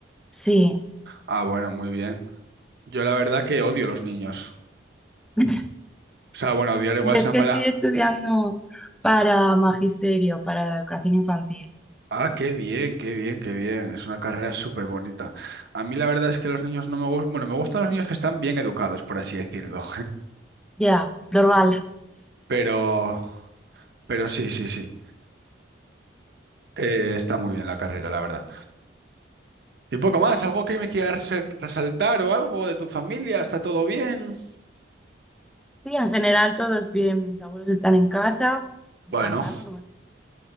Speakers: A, in the centre; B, on the right (about 55°).
A: Sí.
B: Ah, bueno, muy bien. Yo la verdad que odio los niños.
A: <laughs>
B: O sea, bueno, odiar igual
A: Yo
B: es
A: es
B: una
A: que
B: palabra...
A: estoy estudiando para magisterio, para la educación infantil.
B: Ah, qué bien, qué bien, qué bien. Es una carrera súper bonita. A mí la verdad es que los niños no me gustan... Bueno, me gustan los niños que están bien educados, por así decirlo.
A: Ya, normal.
B: <laughs> Pero... Pero sí, sí, sí. Eh, está muy bien la carrera, la verdad. Y poco más, algo que me quieras eh, resaltar o algo de tu familia, ¿está todo bien?
A: Sí, en general todos bien. Mis abuelos están en casa, descansando,
B: Bueno,
A: como siempre.